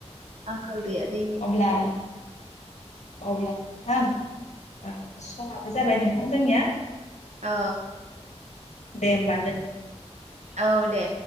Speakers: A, on the right (about 70°); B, on the left (about 75°).
A: आंखाल
B: दे
A: गैया दैनि
B: अब्ला अब्ला नोंथां ओ समाबो जाबाय नों जोंनिया
A: ओ
B: दे होमबा दोनथ
A: औ दे